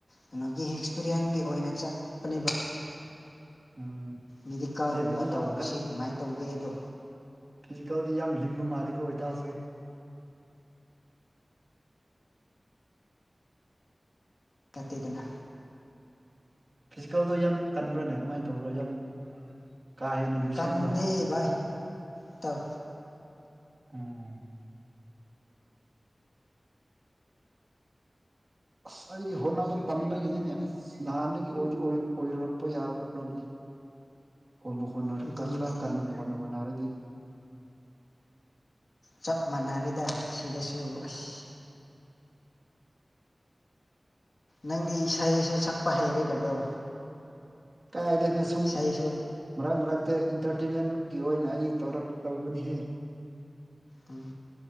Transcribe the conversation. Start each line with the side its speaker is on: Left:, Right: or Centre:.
Left: ꯀꯩꯅꯣꯒꯤ ꯑꯦꯛꯁꯄꯤꯔꯤꯌꯦꯟꯒꯤ ꯑꯣꯏꯅ ꯆꯠꯄꯅꯦꯕ
Right: ꯎꯝ
Left: ꯃꯦꯗꯤꯀꯥꯜꯒꯨꯝꯕ
Right: ꯆꯦꯟꯕꯗꯤ
Left: ꯇꯧꯕꯁꯤ
Right: ꯌꯥꯝ
Left: ꯀꯃꯥꯏ ꯇꯧꯒꯦꯗꯣ
Right: ꯐꯤꯖꯤꯀꯜꯗꯤ ꯌꯥꯝ ꯂꯤꯡꯕ ꯃꯥꯜꯂꯤꯀꯣ ꯢꯇꯥꯎꯁꯨ
Left: ꯇꯠꯇꯦꯗꯅ
Right: ꯐꯤꯖꯤꯀꯜꯗꯣ ꯌꯥꯝ ꯀꯟꯕ꯭ꯔꯥꯅꯦ ꯀꯃꯥꯏ ꯇꯧꯕ꯭ꯔꯥ ꯌꯥꯝ ꯀꯥ ꯍꯦꯟꯅ ꯂꯨꯁꯟꯕ꯭ꯔꯥ
Left: ꯀꯟꯗꯦ ꯕꯥꯢ ꯇꯞ
Right: ꯑꯣ ꯑꯁ ꯑꯩꯗꯤ ꯍꯣꯠꯅꯕ ꯇꯟꯕꯒꯤꯅꯤꯅꯦ ꯑꯁ ꯅꯍꯥꯟꯗꯒꯤꯗꯤ ꯑꯣꯢꯗꯤ ꯑꯣꯢ ꯑꯣꯏꯔꯛꯄ ꯌꯥꯕ꯭ꯔꯔꯕꯅꯤ ꯍꯣꯟꯕꯨ ꯍꯣꯠꯅꯔ
Left: ꯑꯗꯨꯅꯤ
Right: ꯀꯥ ꯈꯔ ꯀꯟꯅꯕꯨ ꯍ‌ꯣꯠꯅ ꯍꯣꯠꯕꯨꯅꯔꯗꯤ
Left: ꯆꯞ ꯃꯥꯟꯅꯔꯦꯗ ꯁꯤꯗꯁꯨ ꯑꯁ ꯅꯪꯗꯤ ꯏꯁꯩꯁꯨ ꯁꯛꯄ ꯍꯩꯔꯦ ꯇꯒ꯭ꯂ‌ꯣ
Right: ꯀꯥꯢꯗ‌ꯦ ꯅꯁꯨꯝ
Left: ꯏꯁꯩꯁꯨ
Right: ꯃꯔꯛ ꯃꯔꯛꯇ ꯏꯟꯇ꯭ꯔꯇꯦꯟꯃꯦꯟꯒꯤ ꯑꯣꯏꯅ ꯑꯩ ꯇꯧꯔꯛ ꯇꯧꯕꯅꯤꯍꯦ
Left: ꯎꯝ